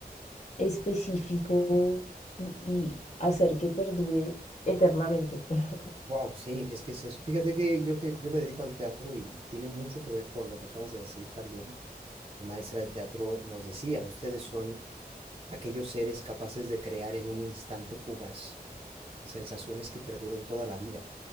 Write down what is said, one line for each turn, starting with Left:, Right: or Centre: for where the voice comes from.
Left: específico y, y hacer que perdure eternamente. <laughs>
Right: wow, sí, es que es eso. Fíjate que yo, que yo me dedico al teatro y, y tiene mucho que ver con lo que acabas de decir también. Mi maestra de teatro nos decía, ustedes son aquellos seres capaces de crear en un instante fugaz sensaciones que perduren toda la vida.